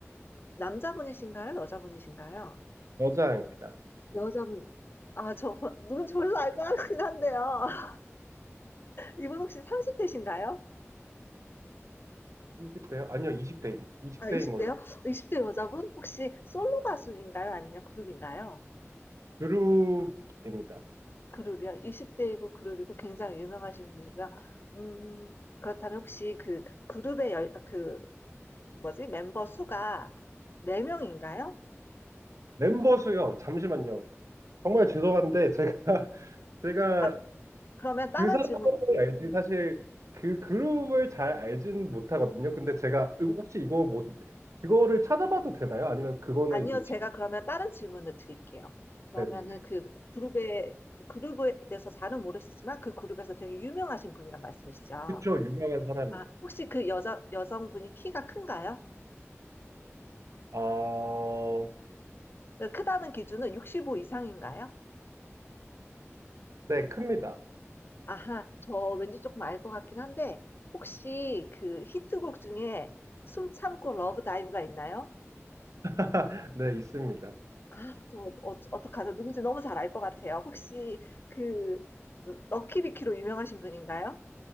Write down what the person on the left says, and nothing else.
남자분이신가요? 여자분이신가요?
여자분, 아, 저, 보- 눈 졸라 알 것 같긴 한데요. <laughs> 이분 혹시 30대신가요?
아, 20대요?
20대 여자분? 혹시 솔로 가수인가요? 아니면 그룹인가요?
그룹이요? 20대이고 그룹이고 굉장히 유명하신 분이고요. 음, 그렇다면 혹시 그 그룹의 열, 아, 그, 뭐지? 멤버 수가 4명인가요?
아, 그러면 다른
질문
아니요,
제가
그러면 다른 질문을 드릴게요. 그러면은
그 그룹에 그룹에 대해서 잘은 모르시지만 그 그룹에서 되게 유명하신 분이란 말씀이시죠?
아, 혹시 그 여자 여성분이 키가 큰가요?
그 크다는 기준은 65 이상인가요?
아하, 저 왠지 조금 알 것 같긴 한데 혹시 그 히트곡 중에 숨 참고 러브 다이브가 있나요?
아, 저 어, 어떡하죠? 누군지 너무 잘 알 것 같아요. 혹시 그 럭키비키로 유명하신 분인가요?